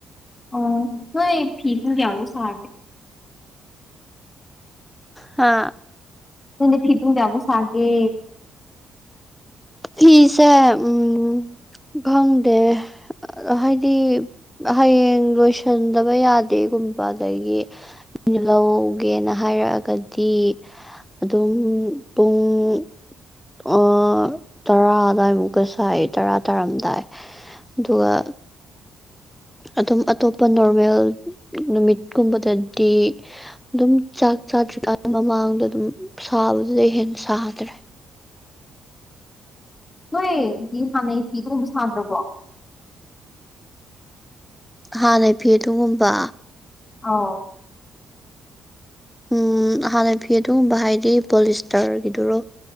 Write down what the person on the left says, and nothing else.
ꯑꯣ ꯅꯣꯏ ꯐꯤ ꯄꯨꯡ ꯀꯌꯥꯐꯥꯎ ꯁꯥꯒꯦ
<unintelligible> ꯐꯤ ꯄꯨꯡ ꯀꯌꯥꯐꯥꯎ ꯁꯥꯒꯦ
ꯅꯣꯏ ꯐꯤ ꯍꯥꯟꯅꯩ ꯐꯤꯗꯨꯒꯨꯝꯕ ꯁꯥꯗ꯭ꯔꯕꯣ
ꯑꯣ